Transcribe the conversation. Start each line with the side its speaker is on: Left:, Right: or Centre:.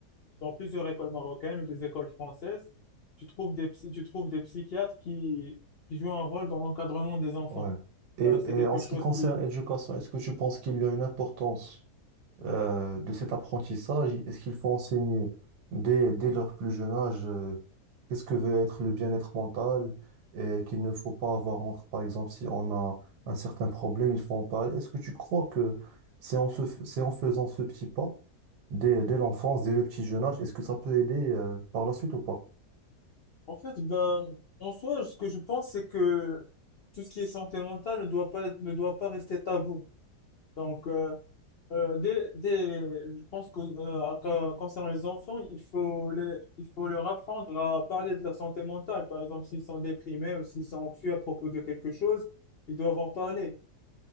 Left: dans plusieurs écoles marocaines ou des écoles françaises, tu trouves des psy- tu trouves des psychiatres qui, qui jouent un rôle dans l'encadrement des enfants.
Right: ouais. Et,
Left: Ben, c'est
Right: et
Left: quelque
Right: en ce
Left: chose
Right: qui concerne
Left: qui,
Right: l'éducation, est-ce que tu penses qu'il y a une importance euh, de cet apprentissage? Est-ce qu'il faut enseigner dès, dès leur plus jeune âge euh, qu'est-ce que veut être le bien-être mental et qu'il ne faut pas avoir entre, par exemple, si on a un certain problème, il faut en parler. Est-ce que tu crois que c'est en se f- c'est en faisant ce petit pas dès, dès l'enfance, dès le petit jeune âge, est-ce que ça peut aider euh, par la suite ou pas?
Left: En fait, ben, en soi, ce que je pense, c'est que tout ce qui est santé mentale ne doit pas, être- ne doit pas rester tabou. Donc, euh, euh, dès, dès- je pense que, euh, que- concernant les enfants, il faut les, il faut leur apprendre à parler de leur santé mentale. Par exemple, s'ils sont déprimés ou s'ils sont anxieux à propos de quelque chose, ils doivent en parler